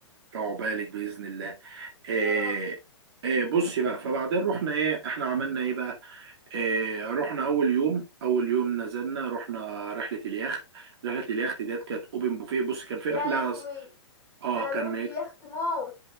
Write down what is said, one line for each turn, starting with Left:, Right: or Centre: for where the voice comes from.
Right: عقبالك باذن الله آه،
Left: يا رب
Right: آه، بصي بقى فبعدين رحنا ايه احنا عملنا ايه بقى آه،
Left: مم.
Right: رحنا اول يوم اول يوم نزلنا رحنا رحله اليخت رحله اليخت ديت كانت اوبن بوفيه بص كان في
Left: يا
Right: رحله
Left: لهوي
Right: اه
Left: انا
Right: كان
Left: بحب اليخت موت